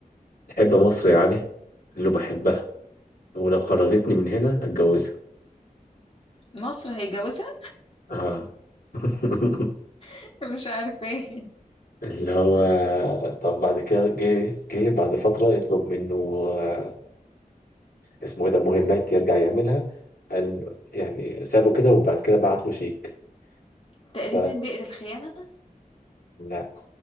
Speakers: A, on the left (about 85°); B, on the left (about 40°).
A: تحب مصر يا علي قال له بحبها ولو خرجتني من هنا اتجوزها
B: مصر هيجوزها
A: <laughs> اه <laughs>
B: <laughs> مش عارفة ايه
A: اللي هو طب بعد كده جه جه بعد فترة يطلب منه آه، اسمه ايه ده مهمات يرجع يعملها قال يعني سابه كده وبعد كده بعت له شيك
B: تقريبا
A: ف
B: بئر الخيانة
A: لا